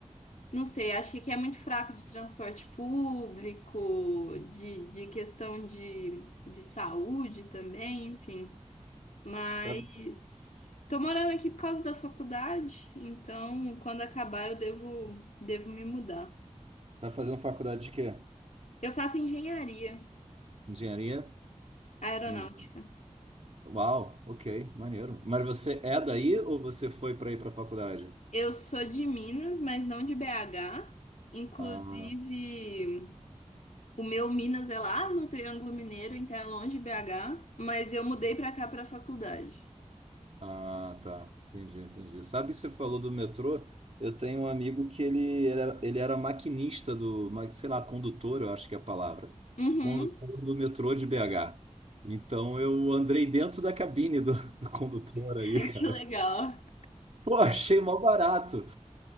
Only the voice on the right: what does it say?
Sabe?
Tá tá fazendo faculdade de quê?
Engenharia?
Entendi. Uau, ok, maneiro. Mas você é daí ou você foi para ir para a faculdade?
Ah,
ah, tá. Entendi, entendi. Sabe que você falou do metrô? Eu tenho um amigo que ele era, ele era maquinista do, ma- sei lá, condutor, eu acho que é a palavra.
Condutor do metrô de BH. Então eu andei dentro da cabine do, do condutor
aí.
<laughs>
Pô, achei mó barato.